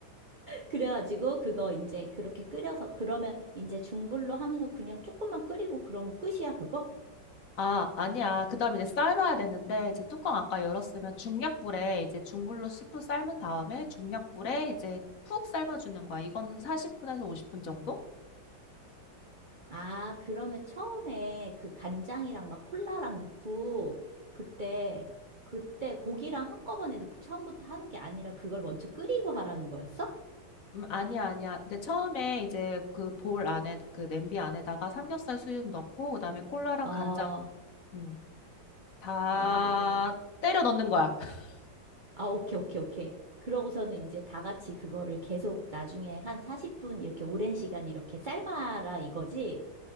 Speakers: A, on the right (about 55°); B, on the left (about 50°).
A: 그래가지고 그거 이제 그렇게 끓여서, 그러면 이제 중불로 하면서 그냥 조금만 끓이고 그러면 끝이야, 그거?
B: 아, 아니야. 그다음에 이제 삶아야 되는데 이제 뚜껑 아까 열었으면 중약불에 이제 중불로 10분 삶은 다음에 중약불에 이제 푹 삶아주는 거야. 이거는 40분에서 50분 정도?
A: 아, 그러면 처음에 그 간장이랑 막 콜라랑 넣고 그때 그때 고기랑 한꺼번에 넣고 처음부터 하는 게 아니라 그걸 먼저 끓이고 하라는 거였어?
B: 음, 아니야, 아니야. 근데 처음에 이제 그 볼 안에, 그 냄비 안에다가 삼겹살 수육 넣고, 그다음에 콜라랑
A: 어,
B: 간장, 음, 다
A: 어.
B: 때려 넣는 거야. <laughs>
A: 아, 오케이, 오케이, 오케이. 그러고서는 이제 다 같이 그거를 계속 나중에 한 40분 이렇게 오랜 시간 이렇게 삶아라 이거지?